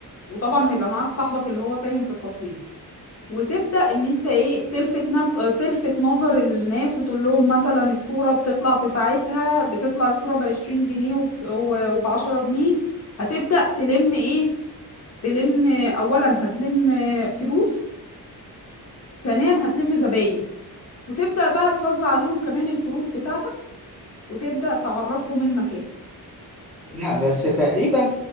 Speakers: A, on the left (about 45°); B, in the centre.
A: وطبعا هيبقى معاك صاحبك اللي هو فاهم في التصوير وتبدا ان انت ايه تلفت نف... آه، تلفت نظر الناس وتقول لهم مثلا الصوره بتطلع في ساعتها بتطلع الصوره ب 20 جنيه وب 10 جنيه هتبدا تلم ايه تلم آه، اولا هتلم آه، فلوس ثانيا هتلم زباين وتبدا بقى توزع عليهم كمان الكروت بتاعتك وتبدأ تعرفهم المكان
B: لا بس تقريبا